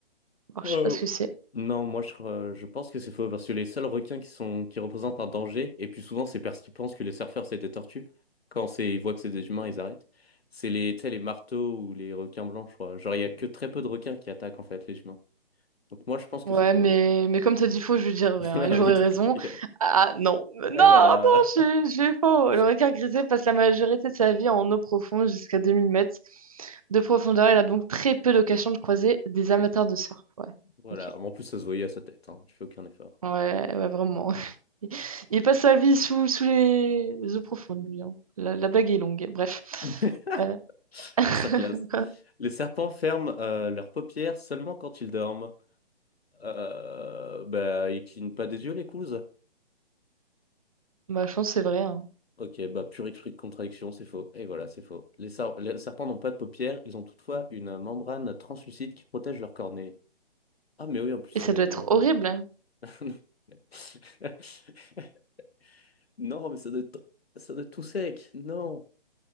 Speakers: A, on the right (about 35°); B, on the left (about 65°).
A: Alors,
B: Euh,
A: je sais pas ce que c'est.
B: Non, moi je, euh, je pense que c'est faux parce que les seuls requins qui sont qui représentent un danger, et puis souvent c'est parce qu'ils pensent que les surfeurs c'est des tortues. Quand c'est ils voient que c'est des humains, ils arrêtent. C'est les, tu sais, les marteaux ou les requins blancs, je crois. Genre il y a que très peu de requins qui attaquent en fait les humains. Donc moi je pense que
A: Ouais,
B: c'est faux.
A: mais, mais comme t'as dit faux, je veux dire vrai,
B: <laughs>
A: hein,
B: Ah
A: et j'aurais
B: oui, d'accord.
A: raison.
B: il
A: Ah non, non, non,
B: Et voilà.
A: j'ai
B: <laughs>
A: j'ai faux. Le requin grisé passe la majorité de sa vie en eau profonde jusqu'à 2000 mètres de profondeur. Il a donc très peu d'occasion de croiser des amateurs de surf. Ouais,
B: Voilà.
A: ok.
B: Mais En plus ça se voyait à sa tête, hein. Tu fais aucun effort.
A: Ouais, ouais, vraiment. <laughs> Il il passe sa vie sous, sous les, les eaux profondes, lui. hein. La, la blague est longue, bref.
B: <laughs>
A: Euh, <laughs>
B: Masterclass. Les serpents ferment euh, leurs paupières seulement quand ils dorment. Euh, bah ils clignent pas des yeux les couzes.
A: bah, je pense que c'est vrai. hein.
B: Ok, bah pure esprit de contradiction, c'est faux. Et voilà, c'est faux. Les, sar- les serpents n'ont pas de paupières, ils ont toutefois une membrane translucide qui protège leur cornée. Ah mais oui, en plus, c'est...
A: Et ça doit être
B: Oui, ça
A: horrible.
B: me dit un truc.
A: hein.
B: <laughs> Non, mais ça doit être, ça doit être tout sec. Non.